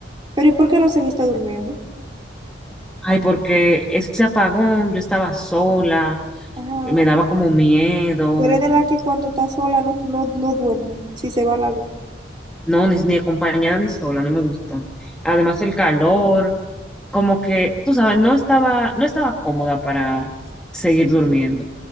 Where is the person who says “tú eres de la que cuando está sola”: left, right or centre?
Right